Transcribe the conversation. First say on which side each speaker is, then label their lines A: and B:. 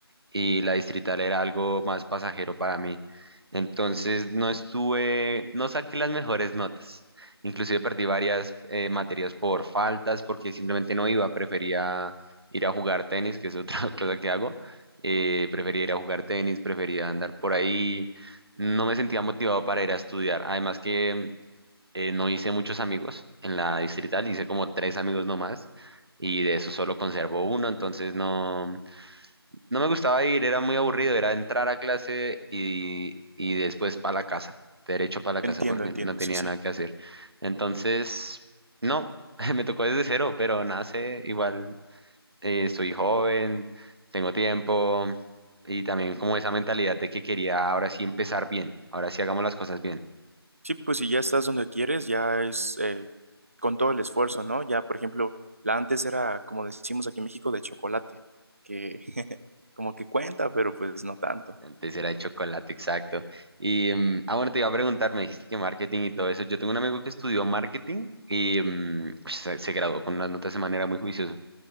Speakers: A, on the right; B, on the right.
A: y la distrital era algo más pasajero para mí. Entonces no estuve, no saqué las mejores notas. Inclusive perdí varias eh, materias por faltas porque simplemente no iba, prefería ir a jugar tenis, que es otra <laughs> cosa que hago. Eh, prefería ir a jugar tenis, prefería andar por ahí. No me sentía motivado para ir a estudiar. Además que eh, no hice muchos amigos en la distrital, hice como tres amigos nomás y de eso solo conservo uno, entonces no, no me gustaba ir, era muy aburrido, era entrar a clase y, y después para la casa, derecho para la casa
B: Entiendo,
A: porque
B: entiendo,
A: no tenía
B: sí, sí.
A: nada que hacer. Entonces, no, <laughs> me tocó desde cero, pero nada sé, igual eh, estoy joven, tengo tiempo y también como esa mentalidad de que quería ahora sí empezar bien, ahora sí hagamos las cosas bien.
B: Sí, pues si ya estás donde quieres, ya es eh, con todo el esfuerzo, ¿no? Ya, por ejemplo, la antes era, como decimos aquí en México, de chocolate, que <laughs> como que cuenta, pero pues no tanto.
A: Antes era de chocolate, exacto. Y, mm, ah, bueno, te iba a preguntar, me dijiste que marketing y todo eso. Yo tengo un amigo que estudió marketing y mm, se, se graduó con unas notas de manera muy juiciosa.